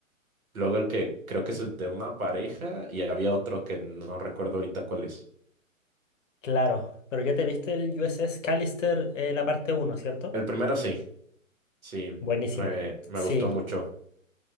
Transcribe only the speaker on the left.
Claro, pero ya te viste el USS Callister, eh, la parte uno, ¿cierto?
Buenísima.
Sí,